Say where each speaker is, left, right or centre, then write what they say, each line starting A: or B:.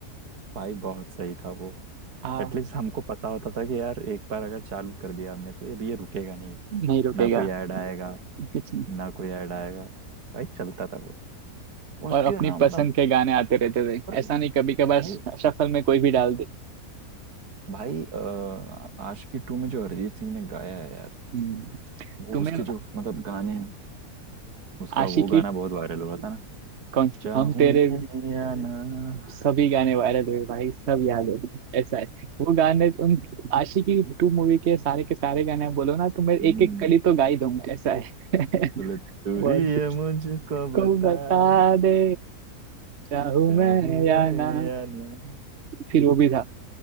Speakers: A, on the right (about 75°); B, on the right (about 50°).
A: भाई बहुत सही था वो
B: हाँ
A: एटलीस्ट हमको पता होता था कि यार एक बार अगर चालू कर दिया हमने तो ये अभी ये रुकेगा नहीं
B: नहीं रुकेगा
A: ना कोई ऐड आएगा
B: कुछ नहीं।
A: ना कोई ऐड आएगा भाई चलता था वो और उसके
B: और अपनी
A: ना मतलब
B: पसंद के गाने आते रहते थे
A: और
B: ऐसा नहीं कभी कभार
A: भाई
B: शफल में कोई भी डाल दे
A: भाई अ, आशिकी टू में जो अरिजीत सिंह ने गाया है यार
B: हम्म,
A: वो
B: तुम्हें
A: उसके जो मतलब गाने हैं उसका
B: आशिकी
A: वो गाना बहुत वायरल हुआ था ना
B: कौन
A: चाहूं
B: हम तेरे
A: मैं या ना
B: सभी गाने वायरल हुए भाई सब याद है ऐसा है वो गाने उन आशिकी टू मूवी के सारे के सारे गाने आप बोलो ना तो मैं एक
A: हम्म,
B: एक कली तो गा ही दूंगा ऐसा है
A: बोले तू
B: <laughs> बहुत
A: ही ये मुझको
B: को
A: बता
B: बता
A: दे
B: दे चाहूं
A: चाहूं
B: मैं या
A: मैं
B: ना
A: या ना
B: फिर वो भी था